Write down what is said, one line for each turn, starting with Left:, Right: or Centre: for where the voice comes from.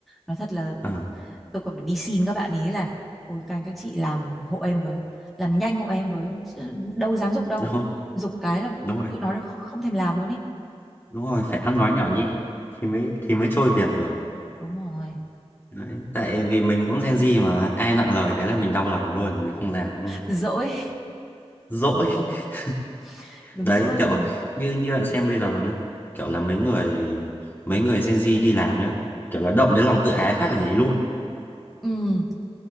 Centre: nói thật là
Left: Ờ,
Centre: tôi còn phải đi xin các bạn ý là ôi các anh các chị làm hộ em với làm nhanh hộ em với Chứ đâu dám giục đâu
Left: đúng rồi,
Centre: giục cái là
Left: đúng rồi
Centre: tụi nó không không thèm làm luôn ý
Left: đúng rồi phải ăn nói nhỏ nhẹ thì mới thì mới trôi việc được
Centre: đúng rồi
Left: đấy tại vì mình cũng Gen Z mà ai nặng lời cái là mình đau lòng luôn mình không làm luôn
Centre: dỗi
Left: dỗi <laughs>
Centre: <laughs> đúng
Left: đấy
Centre: dỗi
Left: kiểu như như bạn xem bây giờ nhá kiểu là mấy người mấy người Gen Z đi làm nhá kiểu là động đến lòng tự ái phát là nghỉ luôn
Centre: ừ,